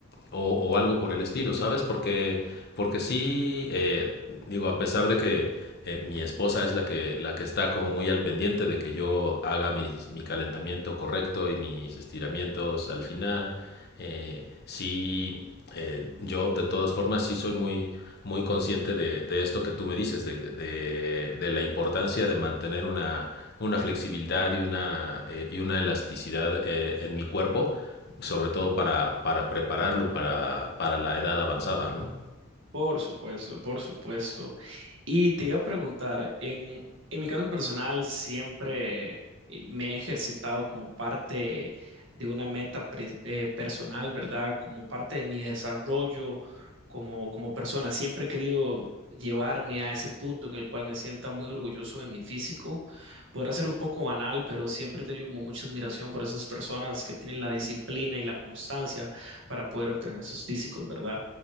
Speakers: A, on the left (about 50°); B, on the right (about 65°).
A: o, o algo por el estilo, ¿sabes? Porque, porque sí, eh, digo, a pesar de que eh, mi esposa es la que, la que está como muy al pendiente de que yo haga mis- mi calentamiento correcto y mis estiramientos al final, eh, sí, eh, yo de todas formas sí soy muy, muy consciente de, de esto que tú me dices, de, de- de la importancia de mantener una, una flexibilidad y una, eh, y una elasticidad eh, en mi cuerpo sobre todo para, para prepararlo para, para la edad avanzada, ¿no?
B: Por supuesto, por supuesto. Y te iba a preguntar, en, en mi caso personal siempre eh, me he ejercitado como parte de una meta pre- eh, personal, ¿verdad? Como parte de mi desarrollo como, como persona. Siempre he querido llevarme a ese punto en el cual me sienta muy orgulloso de mi físico. Podrá ser un poco banal, pero siempre he tenido como mucha admiración por esas personas que tienen la disciplina y la constancia para poder obtener esos físicos, ¿verdad?